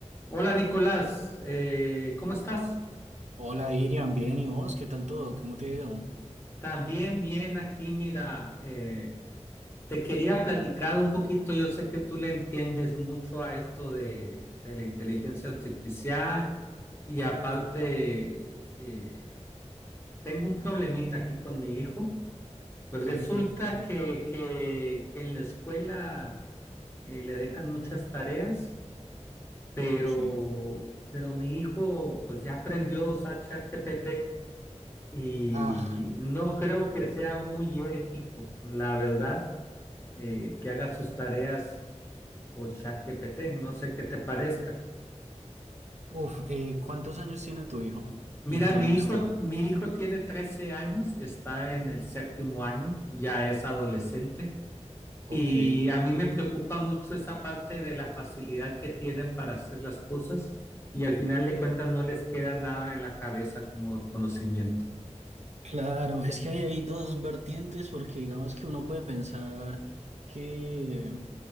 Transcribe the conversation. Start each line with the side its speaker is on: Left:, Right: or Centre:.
Left: Hola Nicolás, eh, ¿cómo estás?
Right: Hola Irian, bien, ¿y vos? ¿Qué tal todo? ¿Cómo te ha ido?
Left: También bien aquí, mira, eh, te quería platicar un poquito, yo sé que tú le entiendes mucho a esto de, de la inteligencia artificial y aparte eh, tengo un problemita aquí con mi hijo,
Right: Ok,
Left: pues resulta
Right: ok, contame.
Left: que, que, que en la escuela eh, le dejan muchas tareas, pero,
Right: Sí.
Left: pero mi hijo pues ya aprendió a usar ChatGPT. y
Right: Ah,
Left: no creo que sea muy ético, la verdad, eh, que haga sus tareas con ChatGPT. No sé qué te parezca.
Right: uf, eh, ¿cuántos años tiene tu hijo? ¿Y
Left: Mira,
Right: en qué
Left: mi
Right: año
Left: hijo,
Right: está?
Left: mi hijo tiene 13 años, está en el séptimo año, ya es adolescente.
Right: Ok.
Left: Y a mí me preocupa mucho esa parte de la facilidad que tienen para hacer las cosas y al final de cuentas no les queda nada en la cabeza como conocimiento.
Right: Claro, es que hay, hay dos vertientes porque digamos que uno puede pensar que